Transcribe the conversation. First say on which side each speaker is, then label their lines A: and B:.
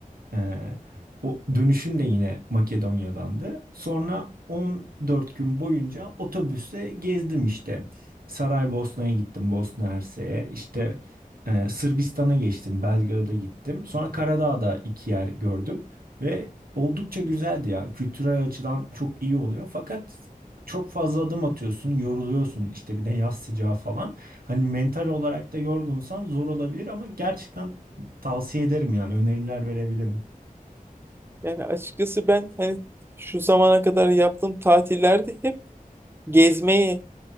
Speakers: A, on the right; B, on the right.
A: Ee, o dönüşüm de yine Makedonya'dandı. Sonra 14 gün boyunca otobüste gezdim işte. Saraybosna'ya gittim, Bosna Hersek'e. İşte e, Sırbistan'a geçtim, Belgrad'a gittim. Sonra Karadağ'da iki yer gördüm ve oldukça güzeldi ya. Kültürel açıdan çok iyi oluyor. Fakat çok fazla adım atıyorsun, yoruluyorsun. İşte bir de yaz sıcağı falan. Hani mental olarak da yorgunsan zor olabilir ama gerçekten tavsiye ederim yani öneriler verebilirim.
B: Yani açıkçası ben hani şu zamana kadar yaptığım tatillerde hep gezmeye